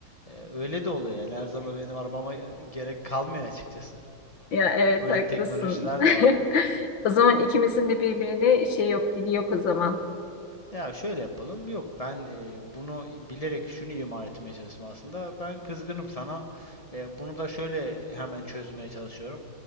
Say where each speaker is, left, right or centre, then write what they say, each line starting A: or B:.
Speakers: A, on the left; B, on the left.
A: Ee, öyle de oluyor yani. Her zaman benim arabama e, gerek kalmıyor açıkçası.
B: Ya evet
A: Öyle
B: haklısın.
A: teknolojiler
B: <laughs>
A: de var.
B: O zaman ikimizin de birbirine şey yok, dili yok o zaman.
A: Ya şöyle yapalım. Yok ben e, bunu bilerek şunu ima etmeye çalıştım aslında. Ben kızgınım sana. E, bunu da şöyle hemen çözmeye çalışıyorum.